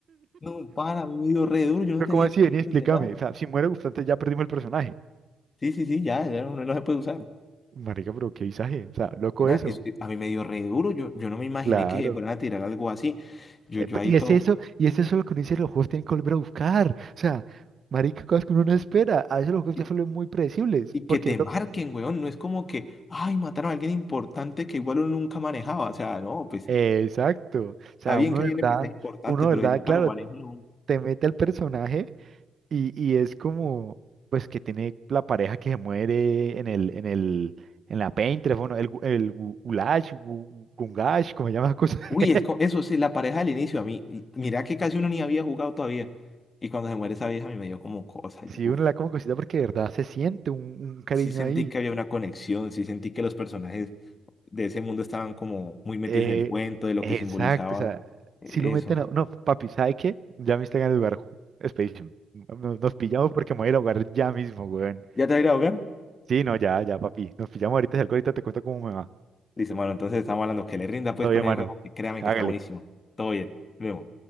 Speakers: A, on the left; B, on the right.
A: No, para, a mí me dio re duro, yo no tenía
B: ¿cómo así?
A: spoilers
B: Vení, explícame.
A: de nada.
B: O sea, si muere Gustante ya perdimos el personaje.
A: Sí, sí, sí, ya, ya no, no se puede usar.
B: Marica, pero qué visaje. O sea, loco
A: Ana,
B: eso.
A: es- a mí me dio re duro, yo, yo no me imaginé
B: Claro.
A: que fueran a tirar algo así. Yo,
B: Eh,
A: yo
B: pe-
A: ahí
B: y
A: todo...
B: es eso, y es eso lo que uno dice, los juegos tienen que volver a buscar. O sea, marica, cosas que uno no espera. A veces los juegos
A: Y,
B: ya se vuelven muy predecibles.
A: y
B: Porque
A: que te
B: lo-
A: marquen, weón, no es como que, ay, mataron a alguien importante que igual uno nunca manejaba. O sea, no, pues,
B: Exacto. O sea,
A: está bien
B: uno
A: que
B: de
A: hay NPCs
B: verdad,
A: importantes,
B: uno de
A: pero
B: verdad,
A: si nunca
B: claro,
A: lo manejo, no.
B: te mete al personaje Y, y es como, pues, que tiene la pareja que se muere en el, en el, en la Painterest, bueno, el, gu- el gu- Gulash, gu- Gungash, como se llama la cosa. <laughs>
A: Uy, es co- eso sí, la pareja del inicio a mí. y Mira que casi uno ni había jugado todavía. Y cuando se muere esa vieja, a mí me dio como cosa. Yo,
B: Sí,
A: uf,
B: uno la como cosita porque de verdad se siente un, un cariño
A: sí sentí
B: ahí.
A: que había una conexión, sí sentí que los personajes de ese mundo estaban como muy metidos
B: Eh,
A: en el cuento, de lo
B: exacto,
A: que simbolizaba
B: o sea,
A: eh,
B: si
A: eso.
B: lo meten a... No, papi, ¿sabe qué? Ya me están en el lugar ju- Expedition. Nos, nos pillamos porque me voy a ir a jugar ya mismo, weón.
A: ¿Ya te va a ir a ahogar?
B: Sí, no, ya, ya, papi. Nos pillamos ahorita, si algo ahorita te cuento cómo me va.
A: Dice, bueno, entonces estamos hablando que le rinda pues
B: Todavía,
A: con el
B: mano.
A: juego, que créame
B: Hágale.
A: que está buenísimo. Todo bien, vemos.